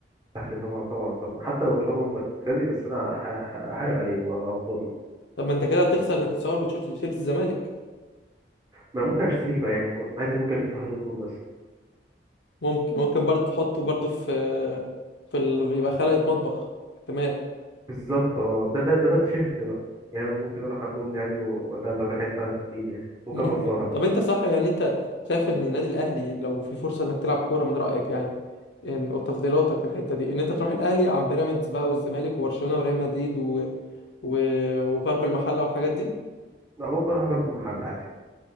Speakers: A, on the right; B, on the left.
A: اهلي طبعا طبعا طبعا حتى لو مش هضمن مركزي بس انا ه- ه- هحارب عليه واوصل له
B: طب ما انت كده هتخسر انك تصور بشورت شورت الزمالك
A: ما انا ممكن اشتريه بقى يعني عادي ممكن الف تحت النور مثلا
B: ممكن ممكن برضه تحطه برضه في في ال... يبقى خلقة مطبخ احتمال
A: بالظبط اه ده ده ده بقى تيشيرت بقى يعني ممكن اروح عند امي عادي واقول لها تعالى حته تديني يعني ممكن
B: ممكن
A: افصلها بقى
B: طب انت صح يعني انت شايف ان النادي الاهلي لو في فرصه انك تلعب كوره من رايك يعني إن- وتفضيلاتك في الحته دي ان انت تروح الاهلي عن بيراميدز بقى والزمالك وبرشلونه وريال مدريد و... و... وغرب المحله والحاجات دي
A: لا ممكن اروح اجرب المحل عادي